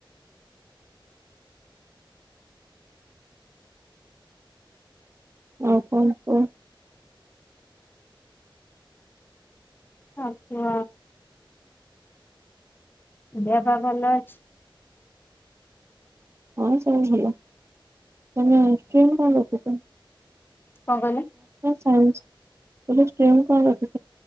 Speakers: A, on the right; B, on the left.
A: ଆଉ କଣ କୁହ?
B: ଆଉ କୁହ ଦେହ ପା ଭଲ ଅଛି?
A: ହଁ ସବୁ ଭଲ। ତମେ ଷ୍ଟ୍ରୀମ୍ କଣ ରଖିଚ?
B: କଁ କହିଲେ?
A: ସାଇଁସ୍ ମୁଁ କହିଲି ଷ୍ଟ୍ରିମ୍ କଣ ରଖି